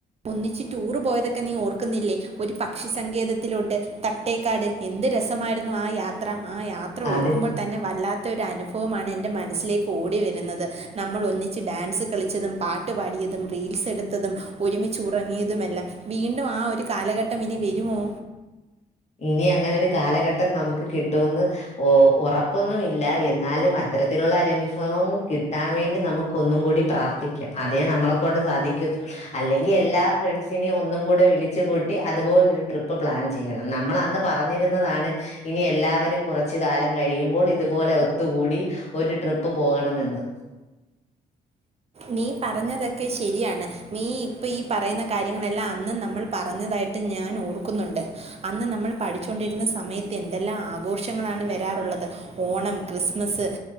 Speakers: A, on the right; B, on the left.
A: ഒന്നിച്ച് ടൂറ് പോയതൊക്കെ നീ ഓർക്കുന്നില്ലേ ഒരു പക്ഷിസങ്കേത ത്തിലോട്ട് തട്ടേക്കാട് എന്ത് രസമായിരുന്നു ആ യാ ത്ര ആ യാത്ര ഓർക്കുമ്പോൾ
B: അത്
A: തന്നെ വല്ലാത്തൊരു അനു അനുഭവുമാണ് എൻ്റെ മനസ്സിലേക്ക് ഓടി വരുന്നത് നമ്മൾ ഒന്നിച്ച് ഡാൻസ് കളിച്ചതും പാട്ട് പാടിയതും റീൽസ് എടുത്തതും ഒരുമിച്ചു ഉറങ്ങിയതുമെല്ലാം വീണ്ടും ആ ഒരു കാലഘട്ടം ഇനി വരുമോ
B: ഇനി അങ്ങനെ ഒരു കാലഘട്ടം നമുക്ക് കിട്ടുവന്ന് ഓ ഉറപ്പൊന്നും ഇല്ല എന്നാലും അത്തരത്തിലുള്ള ഒരു അനുഭവം കിട്ടാൻ വേണ്ടി നമുക്ക് ക്കു ഒന്നും കൂടി പ്രാർത്ഥിക്കാം അതേ നമ്മള് കൊണ്ട് സാധിക്കത്തു അല്ലെങ്കി എല്ലാ ഫ്രണ്ട്സിനെയും ഒന്നും കൂടെ വിളിച്ചു കൂ ട്ടി അതുപോലൊരു ട്രിപ്പ് പ്ലാൻ ചെയ്യണം നമ്മൾ അന്ന് പറഞ്ഞിരുന്നതാണ് ഇനി എല്ലാവരും കൊറച്ച് കാലം കഴിയുമ്പോൾ ഇതുപോലെ ഒത്തുകൂടി ഒരു ട്രിപ്പ് പോകണമെന്ന്
A: നീ പറഞ്ഞതൊക്കെ ശരിയാണ് നീ ഇപ്പം ഈ പറയുന്ന കാര്യങ്ങളെല്ലാം അന്ന് നമ്മൾ പറഞ്ഞതായിട്ട് ഞാൻ ഓർക്കുന്നുണ്ട് അന്ന് നമ്മൾ പഠിച്ചൊണ്ടിരുന്ന സമയത്ത് എന്തെല്ലാം ആഘോഷങ്ങളാണ് വരാറുള്ളത് ഓണം ക്രിസ്മസ്